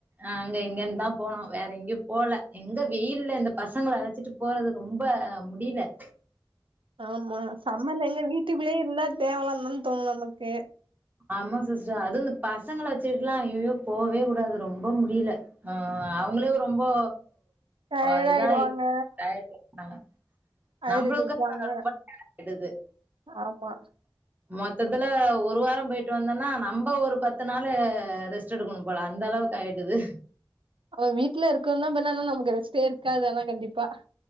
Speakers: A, on the right (about 20°); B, on the right (about 80°).
A: அங்க இங்கன்னுதா போனோ வேற எங்கேயு போல எங்க வெயில்ல இந்த பசங்கள அழச்சிட்டு போறது ரொம்ப முடில
B: ஆமா சம்மர் ல எங்க வீட்டுக்குள்ளேயே இருந்தா தேவலானுதா தோணு நமக்கு
A: ஆமா சிஸ்டர் அதும் இந்த பசங்கள வச்சிகிட்லா ஐயயோ போவே கூடாது ரொம்ப முடில ஆ அவங்ளே ரொம்போ
B: டயர்ட்
A: ஆ இதாய்ட்
B: ஆயிடுவாங்க
A: அங்க
B: அழுதுட்டு
A: நம்புளுக்கு
B: இருப்பாங்க
A: ரொம்ப <inaudible> டுது
B: ஆமா
A: மொத்தத்துல ஒரு வாரோ போயிட்டு வந்தன்னா நம்ப ஒரு பத்து நாளு ரெஸ் ஸ்ட்டு எடுக்கணுபோல அந்த அளவுக் ஆயிடுது
B: அவ வீட்ல இருக்கானா அந்த நாள்ல நமக்கு ரெஸ்ட்டே இருக்காது ஆனா கண்டிப்பா